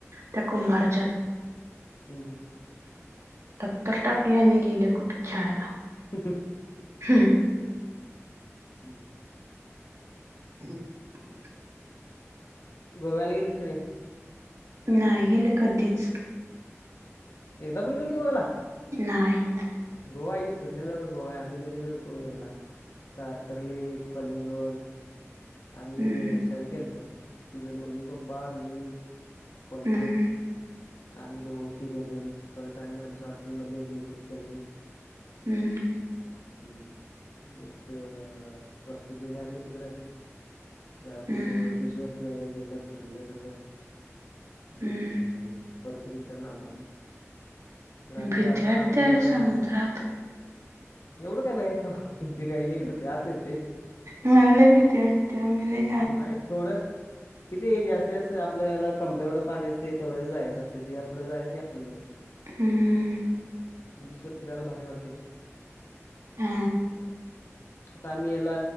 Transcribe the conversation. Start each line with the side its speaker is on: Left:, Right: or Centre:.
Right: त्या कुंभारच्यात
Left: हम्म हम्म
Right: दप्तर टाकल्या आणि गेल्या कुठं खेळायला?
Left: <unintelligible>
Right: हम्म
Left: हम्
Right: <unintelligible>
Left: गोव्याला गेलतीस काय नाही?
Right: नाही गेले कधीच?
Left: एकदा पण गेला नाही गोव्याला?
Right: नाही.
Left: गोवा आहे की फिरण्या जोगा गोवा आहे आम्ही गेलेलो गो हेला तारकरली, कलिंगड आम्ही
Right: हम्म
Left: सगळे गेलतो तिज मम्मी, पप्पा मी, पनू
Right: हम्म
Left: आम्ही दोघं तिघ जन परत आणि आमच्या हॉटेल मधले एक जण होते त्यांनी
Right: हम्म
Left: हम्म एक वस्ती केली आम्ही तिकडं बीचवर
Right: हम्म
Left: फि गेलं फिरलं सगळं आणि
Right: हम्म
Left: परत रिटर्न आलो आम्ही तर आम्ही
Right: भिती
Left: जाताना
Right: वाटत्या
Left: आमचं
Right: रे समुद्रात.
Left: एवढं काय भ्यायचं तवा ते काय हे करते आत येतेय.
Right: मला लई भिती वाट ते आम्ही लई
Left: नाही थोडं किती जास्तीत जास्त आपलं याला कमरे एवढं पाणी असतय तेवढंच जायचं असतय तेच्या पुढं जायच नाही आपण लई <inaudible>
Right: हम्म
Left: बीचवर फिरायला भारी वाटते खरं.
Right: हा
Left: आता आम्ही याला